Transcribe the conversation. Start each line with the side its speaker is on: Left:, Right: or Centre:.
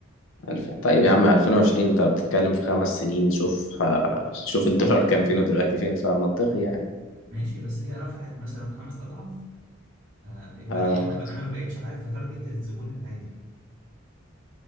Left: ألف طيب يا عم 2020 أنت بتتكلم في خمس سنين شوف آه، شوف الدولار كان فين ودلوقتي فين فمنطقي يعني
Right: ماشي بس هي رفعت مثلا خمس اضعاف فدلوقتي
Left: آه،
Right: انا ب... انا ما بقتش عارف اتارجت الزبون العادي